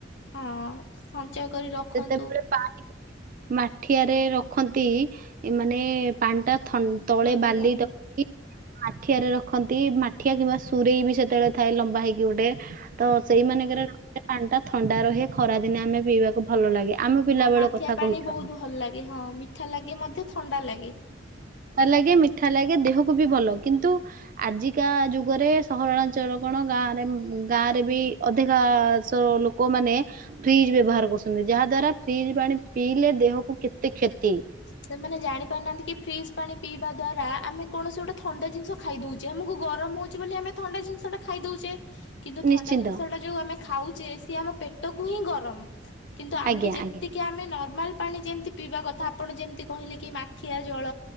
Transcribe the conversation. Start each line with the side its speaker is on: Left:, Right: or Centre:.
Left: ହଁ ସଞ୍ଚୟ କରି ରଖନ୍ତୁ
Right: ଯେତେବେଳେ ପାଣି ମାଠିଆରେ ରଖନ୍ତି ମାନେ ପାଣି ଟା ଥ ତଳେ
Left: ଥଣ୍ଡା
Right: ବାଲି
Left: ରହିବ।
Right: ରଖି ମାଠିଆରେ ରଖନ୍ତି, ମାଠିଆ କିମ୍ବା ସୁରେଇ ବି ସେତେବେଳେ ଥାଏ ଲମ୍ବା ହେଇକି ଗୋଟେ ତ ସେଇମାନଙ୍କରେ
Left: ହଁ
Right: ରଖିଲେ ପାଣି ଟା ଥଣ୍ଡା ରହେ ଖରା ଦିନେ ଆମେ ପିଇବାକୁ ଭଲ ଲାଗେ। ଆମ ପିଲା
Left: ହଁ
Right: ବେଳ
Left: ମାଠିଆ
Right: କଥା
Left: ପାଣି
Right: କହୁଛୁ
Left: ବହୁତ
Right: ଆମେ
Left: ଭଲ ଲାଗେ ହଁ ମିଠା ଲାଗେ ମଧ୍ୟ ଥଣ୍ଡା ଲାଗେ।
Right: ଲାଗେ ମିଠା ଲାଗେ ଦେହକୁ ବି ଭଲ କିନ୍ତୁ ଆଜିକା ଯୁଗରେ ସହରାଞ୍ଚଳ କଣ ଗାଁରେ ଗାଁ ରେ ବି ଅଧିକାଶ ଲୋକ ମାନେ ଫ୍ରିଜ ବ୍ୟବହାର କରୁଛନ୍ତି ଯାହା ଯାହା ଦ୍ଵାରା ଫ୍ରିଜ୍ ପାଣି ପିଇଲେ ଦେହକୁ କେତେ କ୍ଷତି
Left: ସେମାନେ ଜାଣି ପାରୁନାହାନ୍ତି କି ଫ୍ରିଜ ପାଣି ପିଇବା ଦ୍ୱାରା ଆମେ କୌଣସି ଗୋଟେ ଥଣ୍ଡା ଜିନିଷ ଖାଇଦେଉଚେ ଆମକୁ ଗରମ ହଉଚି ବୋଲି ଆମେ ଥଣ୍ଡା ଜିନିଷଟା ଖାଇଦଉ ଚେ କିନ୍ତୁ
Right: ନିଶ୍ଚିନ୍ତ
Left: ଥଣ୍ଡା ଜିନିଷ ଟା ଜଉ ଆମେ ଖାଉଚେ ସେ ଆମ ପେଟକୁ ହିଁ ଗରମ କିନ୍ତୁ ଆମେ
Right: ଆଜ୍ଞା
Left: ଯେତିକି
Right: ଆଜ୍ଞା
Left: ଆମେ ନର୍ମାଲ ପାଣି ଯେମତି ପିଇବା କଥା ଆପଣ ଯେମିତି କହିଲେ କି ମାଠିଆ ଜଳ